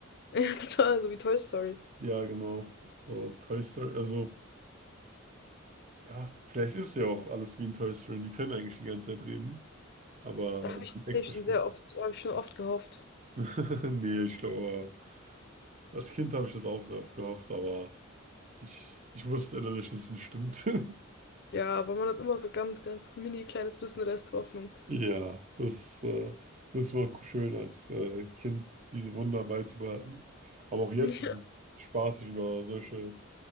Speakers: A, on the left (about 50°); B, on the right (about 35°).
A: Ja, total, so wie Toy Story.
B: Ja, genau. So, Toy Story, also, ja, vielleicht ist ja auch alles wie in Toy Story. Die können eigentlich die ganze Zeit reden, aber
A: Da habe
B: die
A: ich tatsächlich
B: sind extra schlimm.
A: schon sehr oft, habe ich schon oft gehofft.
B: <laughs> Nee, ich glaube, als Kind habe ich das auch sehr oft gehofft, aber. Ich, ich wusste innerlich, dass es nicht stimmt. <laughs>
A: Ja, aber man hat immer so ganz, ganz mini kleines bisschen Rest Hoffnung.
B: Ja, das, äh, das war schön als äh, Kind, diese Wunder beizubehalten. Aber auch jetzt
A: <laughs>
B: ist
A: Ja.
B: es spaßig, über solche